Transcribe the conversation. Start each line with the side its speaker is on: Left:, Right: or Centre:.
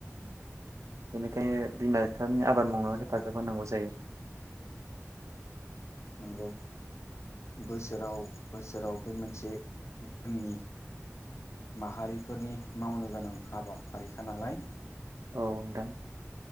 Right: बिमा बिफानि
Left: नंगौ
Right: आबाद मावनायाव
Left: नोंथां
Right: हेफाजाब होनांगौ जायो।
Left: नंगौ बोसोराव बोसोराव बे मोनसे जोंनि माहारिफोरनि मावनो गोनां हाबाफारिखा नालाय
Right: औ नोंथां।